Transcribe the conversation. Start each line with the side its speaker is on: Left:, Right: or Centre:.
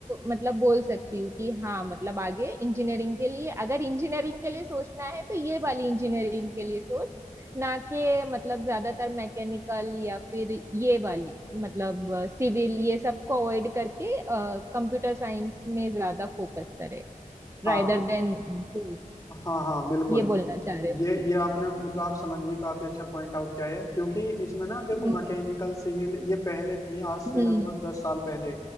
Right: मतलब बोल सकती हूँ कि हाँ मतलब आगे इंजीनियरिंग के लिए अगर इंजीनियरिंग के लिए सोचना है तो ये वाली इंजीनियरिंग के लिए सोच ना कि मतलब ज्यादातर मैकेनिकल या फिर ये वाली मतलब सिविल ये सब को अवॉइड करके कंप्यूटर साइंस में ज्यादा फोकस करे
Left: हाँ
Right: रादर देन दूस
Left: हाँ हाँ बिल्कुल
Right: ये बोलना चाह रहे हो
Left: ये ये आपने मतलब आप समझ गए काफी अच्छा पॉइंट आउट किया है क्योंकि इसमें ना देखो
Right: हम्म
Left: मैकेनिकल सिविल ये पहले थी आज से
Right: हम्म
Left: लगभग दस साल पहले